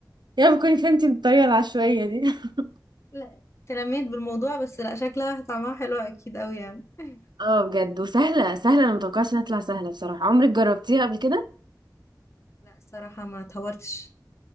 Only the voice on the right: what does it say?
يا رب تكوني فهمتي بالطريقه العشوائيه دي <laughs>
اه بجد وسهله سهله انا متوقعش انها تطلع سهله بصراحه عمرك جربتيها قبل كده